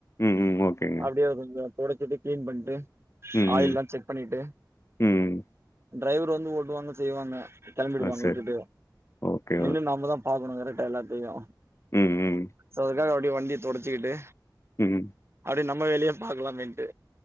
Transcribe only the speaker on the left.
ம் ம் ஓகேங்க
ம்
ம்
ம்
ஆ சரி
ஓகே
ம்ம்
ம்